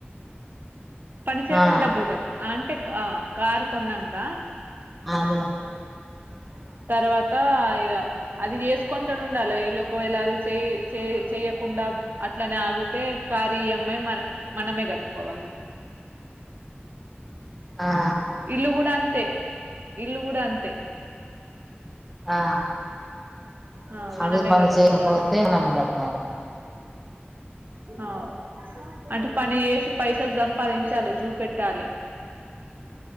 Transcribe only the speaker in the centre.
ఆ
ఆనుగా
ఆ
ఆ
అది పని
చేకపోతే మనం గట్టలి